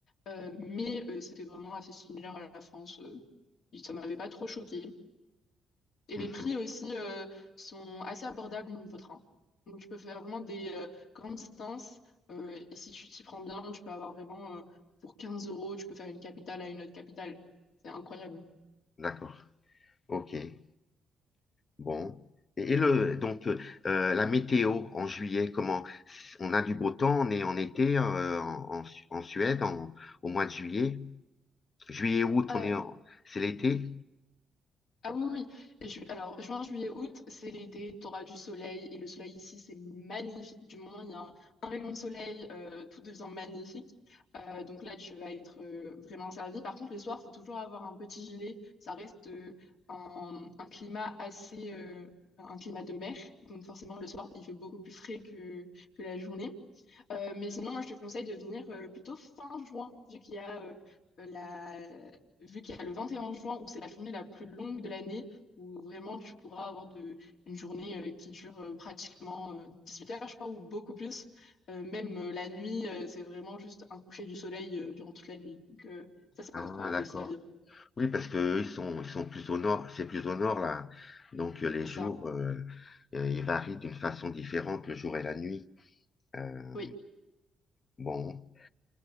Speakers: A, on the left; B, on the left.
A: Euh, mais euh, c'était vraiment assez similaire à la France. Euh, ça m'avait pas trop choqué. Et
B: Mhm.
A: les prix aussi euh, sont assez abordables niveau train. Donc tu peux faire vraiment des euh, grandes distances. euh, et si tu t'y prends bien, tu peux avoir vraiment euh, pour 15 euros, tu peux faire une capitale à une autre capitale. C'est incroyable.
B: D'accord. OK. Bon. Et, et le, donc, euh, la météo en juillet, comment? On a du beau temps, on est en été euh, en, en Su- en Suède en- au mois de juillet. Juillet, août,
A: Euh,
B: on est en- c'est l'été?
A: Ah oui, oui. oui. Et ju- alors, juin, juillet, août, c'est l'été, tu auras du soleil. Et le soleil ici, c'est magnifique. Du moment où il y a un, un rayon de soleil, euh, tout devient magnifique. Euh, donc là, tu vas être euh, vraiment servi. Par contre, les soirs, faut toujours avoir un petit gilet. Ça reste euh, un, un climat assez... euh, un climat de mer. Donc forcément, le soir, il fait beaucoup plus frais que, que la journée. Euh, mais sinon, moi, je te conseille de venir euh, plutôt fin juin, vu qu'il y a... euh, la, vu qu'il y a le 21 juin où c'est la journée la plus longue de l'année, où vraiment tu pourras avoir de, une journée euh, qui dure euh, pratiquement euh, 18 heures, je crois, ou beaucoup plus. Euh, même euh, la nuit, euh, c'est vraiment juste un coucher du soleil euh, durant toute la nuit. Donc, euh, ça, c'est
B: Ah,
A: incroyable
B: d'accord.
A: aussi à vivre.
B: Oui, parce que eux, ils sont, ils sont plus au nord, c'est plus au nord là. Donc euh, les
A: C'est
B: jours,
A: ça.
B: euh, euh, ils varient d'une façon différente le jour et la nuit. Euh,
A: Oui,
B: bon,